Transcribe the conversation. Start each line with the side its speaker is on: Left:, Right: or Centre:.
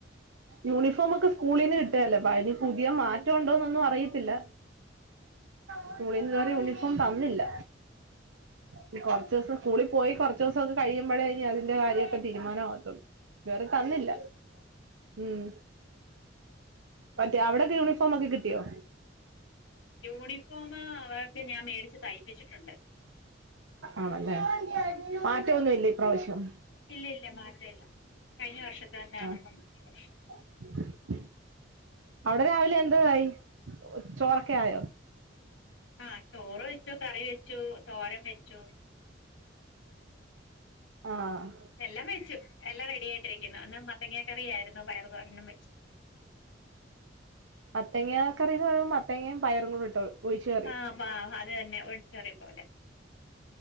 Right: യൂണിഫോമൊക്കെ സ്കൂളീന്ന് കിട്ടുഅല്ലോ. ഇപ്പം അതിനി പുതിയ മാറ്റംഉണ്ടോന്നൊന്നും അറിയത്തില്ല. സ്കൂളീന്ന് ഇതുവരെ യൂണിഫോം തന്നില്ല. ഇനി കൊറച്സം സ്കൂളി പോയി കൊറച്സം കഴിയുമ്പഴേ ഇനി അതിന്റെ കാര്യൊക്കെ തീരുമാനം ആകത്തുള്ളൂ. വേറെ തന്നില്ല. ഉം. മറ്റേ അവിടൊക്കെ യൂണിഫോമൊക്കെ കിട്ടിയോ?
Left: യൂണിഫോമ് അവർക്ക് ഞാൻ മേടിച്ച് തയ്പ്പിച്ചിട്ടുണ്ട്.
Right: ആണല്ലെ മാറ്റൊന്നുല്ലെ ഈ പ്രാവശ്യം?
Left: ഇല്ല ഇല്ല മാറ്റല്ല കഴിഞ്ഞ വർഷത്തെ തന്നെയാണുള്ളത്.
Right: ആഹ് <unintelligible> അവിടെ രാവിലെ എന്തോയി ചോറൊക്കെ ആയോ
Left: ആഹ ചോറ് വെച്ചു കറി വെച്ചു തോരം വെച്ചു
Right: ആഹ്
Left: എല്ലാം വെച്ചു എല്ലാം റെഡി ആയിട്ടിരിക്കുന്നു. ഇന്ന് മത്തങ്ങക്കറി ആയിരുന്നു. പയർ തോരനും വെച്ചു.
Right: മത്തങ്ങ കറിന്നു പറയുമ്പ മത്തങ്ങ പയറും കൂടി ഇട്ട് ഒഴിച്ച് കയറി.
Left: ആ പാ അത് തന്നെ ഒഴിച്ചകറി പോലെ.